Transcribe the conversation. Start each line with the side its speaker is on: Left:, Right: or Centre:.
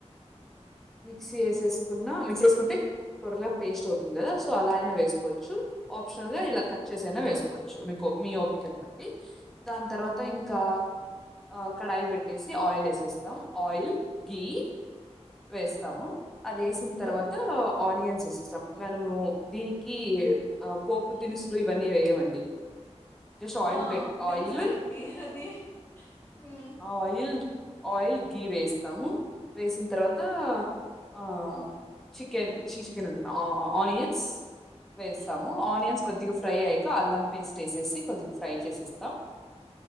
Centre: మిక్సీ ఎసేస్ ఉన్న మిక్స్ చేసుకుంటే టోటల్ గా పేస్ట్ అవుతుంది కదా సో అల అయినా వేసుకోవచ్చు ఆప్స్ చాలా ఇలా కట్ చేసైనా వేసుకోవచ్చు మీకు మీ ఓపికన్ బట్టి ది దాని తర్వాత ఇంకా ఆ కడాయి పెట్టేసి ఆయిల్ వేసేస్తాం ఆయిల్, గీ వేస్తాము అది వేసిన తర్వాత ఆనియన్స్ వేసేస్తాం మనము దీనికి ఏ ఆ పోపు దినుసులు ఇవన్నీ వేయమండి.
Left: ఒకే
Centre: జస్ట్ ఆయిల్
Left: ఆవును
Centre: పెట్
Left: తెలుసా
Centre: ఆయిల్
Left: అండి అది మ్
Centre: ఆ ఆయిల్ ఆయిల్ గీ వేస్తాము వేసిన తర్వాత ఆహ్. చికెన్ చి చికెన్ అంటున్నా ఆనియన్స్. వేస్తాము ఆనియన్స్ కొద్దిగా ఫ్రై అయ్యాక అల్లం పేస్ట్ వేసేసి కొద్దిగా ఫ్రై. వేసేస్తాం.